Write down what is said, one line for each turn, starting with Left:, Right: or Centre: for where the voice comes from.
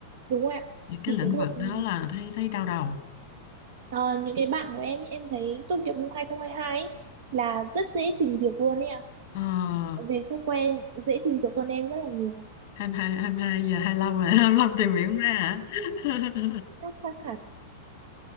Right: đúng rồi ạ
Left: Những cái
Right: thì
Left: lĩnh
Right: cái đợt
Left: vực đó là thấy thấy đau đầu.
Right: ờ, những cái bạn của em ý, em thấy tốt nghiệp năm 2022 ấy, là rất dễ tìm việc luôn ấy ạ
Left: Ờ,
Right: về software dễ tìm việc hơn em rất là nhiều
Left: hai mươi hai hai mươi hai giờ 25 rồi, <laughs> 25 tìm hiểu ra hả? <laughs>
Right: các khác hẳn